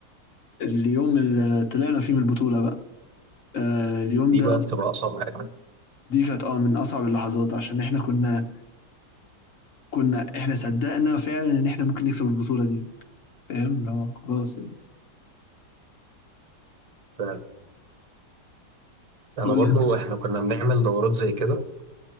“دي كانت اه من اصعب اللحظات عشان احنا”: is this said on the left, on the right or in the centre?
Left